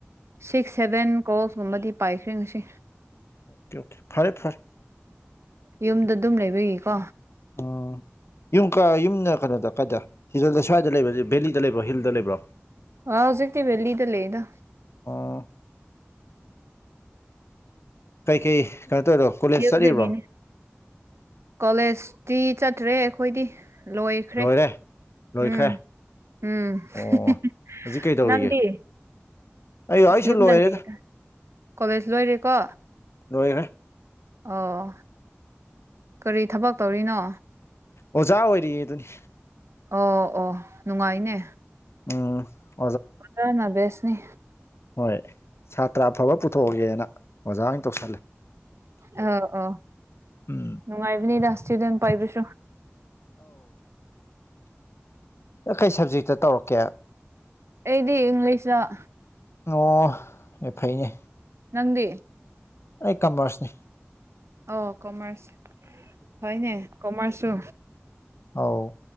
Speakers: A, on the right (about 70°); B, on the left (about 65°).
A: ꯁꯤꯛꯁ ꯁꯦꯚꯦꯟ ꯀꯣꯔꯣꯁ ꯀꯨꯝꯕꯗꯤ ꯄꯥꯏꯈ꯭ꯔꯦ ꯉꯁꯤ
B: ꯑꯣꯀꯦ ꯑꯣꯀꯦ ꯐꯔꯦ ꯐꯔꯦ
A: ꯌꯨꯝꯗ ꯑꯗꯨꯝ ꯂꯩꯕꯒꯤꯀꯣ
B: ꯎꯝ ꯌꯨꯝ ꯀꯥꯏ ꯌꯨꯝꯅ ꯀꯩꯅꯣꯗ ꯀꯥꯏꯗ ꯍꯤꯖꯗ ꯁ꯭ꯋꯥꯏꯗ ꯂꯩꯕ ꯕꯦꯂꯤꯗ ꯂꯩꯕ꯭ꯔꯣ ꯍꯤꯜꯗ ꯂꯩꯕ꯭ꯔꯣ
A: ꯑꯥ ꯍꯧꯖꯤꯛꯗꯤ ꯚꯦꯂꯤꯗ ꯂꯩꯗ
B: ꯑꯣ ꯀꯩꯀꯩ ꯀꯩꯅꯣ ꯇꯧꯔꯤꯔꯣ ꯀꯣꯂꯦꯖ
A: ꯍꯤꯜꯗꯒꯤꯅꯦ
B: ꯆꯠꯂꯤꯕ꯭ꯔꯣ
A: ꯀꯂꯦꯖ ꯇꯤ ꯆꯠꯇ꯭ꯔꯦ ꯑꯩꯈꯣꯏꯗꯤ ꯂꯣꯏꯈ꯭ꯔꯦ
B: ꯂꯣꯏꯔꯦ ꯂꯣꯏꯈ꯭ꯔꯦ
A: ꯎꯝ ꯎꯝ
B: ꯑꯣ
A: ꯍꯤꯍꯤ
B: ꯍꯧꯖꯤꯛ ꯀꯩꯗꯧꯔꯤꯒꯦ
A: ꯅꯪꯗꯤ
B: ꯑꯩ ꯑꯩꯁꯨ
A: ꯁꯤ ꯌꯨꯝꯗ
B: ꯂꯣꯏꯔꯦꯗ
A: ꯂꯩꯌꯦꯗ ꯀꯣꯂꯦꯖ ꯂꯣꯏꯔꯦꯀꯣ
B: ꯂꯣꯏꯔꯦ
A: ꯑꯣ ꯀꯔꯤ ꯊꯕꯛ ꯇꯧꯔꯤꯅꯣ
B: ꯑꯣꯖꯥ ꯑꯣꯏꯔꯤꯌꯦ ꯑꯗꯨꯅꯤ
A: ꯑꯣ ꯑꯣ ꯅꯨꯡꯉꯥꯏꯅꯦ
B: ꯑꯥ
A: ꯑꯣꯖꯥꯅ ꯕꯦꯠꯁ ꯅꯦ
B: ꯍꯣꯏ ꯁꯥꯇ꯭ꯔ ꯑꯐꯕ ꯄꯨꯊꯣꯛꯑꯒꯦꯅ ꯑꯣꯖꯥ ꯑꯣꯏꯅ ꯇꯧꯁꯜꯂꯦ
A: ꯑꯧ ꯑꯧ
B: ꯎꯝ
A: ꯅꯨꯡꯉꯥꯏꯕꯤꯅꯦꯗ ꯢꯁꯇꯨꯗꯦꯟ ꯄꯥꯏꯕꯁꯨ
B: ꯀꯔꯤ ꯁꯕꯖꯦꯛꯇ ꯇꯧꯔꯛꯀꯦ
A: ꯑꯩꯗꯤ ꯏꯪꯂꯤꯁꯇ
B: ꯑꯣ ꯐꯩꯅꯦ
A: ꯅꯪꯗꯤ
B: ꯑꯩ ꯀꯃꯔꯁꯅꯤ
A: ꯑꯣ ꯀꯃꯔꯁ ꯐꯩꯅꯦ ꯀꯃꯔꯁꯁꯨ
B: ꯑꯥꯎ